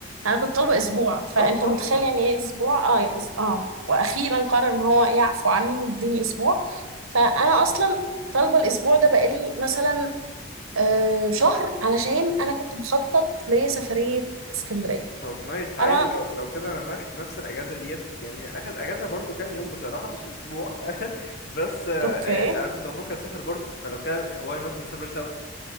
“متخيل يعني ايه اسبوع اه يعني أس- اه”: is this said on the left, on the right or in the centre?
Right